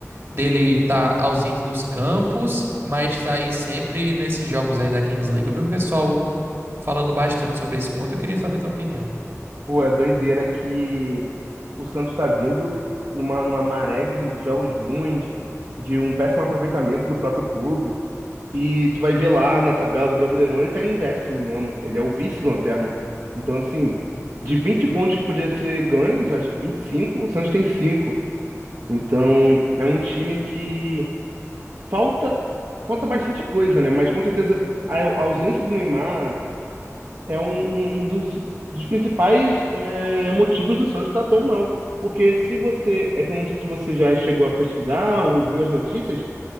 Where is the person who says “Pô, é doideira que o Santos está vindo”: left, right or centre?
Right